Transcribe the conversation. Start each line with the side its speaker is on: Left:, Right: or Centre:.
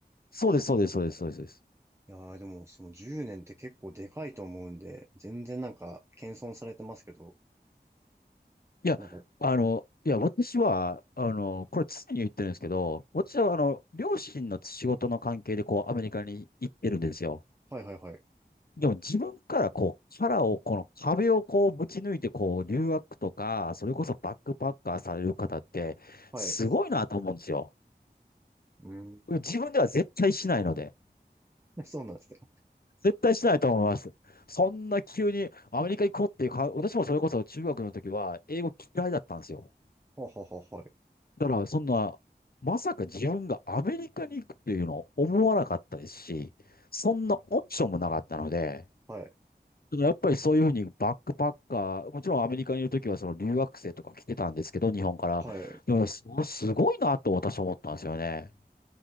Left: そうです、そうです、そうです、そうです。そうです
Right: いやーでもその10年って結構でかいと思うんで、全然なんか謙遜されてますけど、
Left: いや、
Right: なんか、
Left: あの、いや、私は、あの、これ常に言ってるんですけど、私は、あの、両親の仕事の関係で、こう、アメリカに行ってるんですよ。
Right: はいはいはい。
Left: でも自分からこう、殻を、この壁をこう、ぶち抜いて、こう、留学とか、それこそバックパッカーされる方って、
Right: はい。
Left: すごいなと思うんですよ。
Right: うーん。
Left: 自分では絶対しないので。
Right: <laughs> そうなんですね。
Left: 絶対しないと思います。そんな急にアメリカ行こうっていうか、私もそれこそ中学の時は英語嫌いだったんですよ。
Right: はははは、はい。
Left: だから、そんな、まさか自分がアメリカに行くっていうのを思わなかったですし、そんなオプションもなかったので、
Right: はい。
Left: だからやっぱりそういうふうにバックパッカー、もちろんアメリカにいるときはその留学生とか来てたんですけど、日本から。
Right: は
Left: でもね、すすごいなと私は思ったんですよね。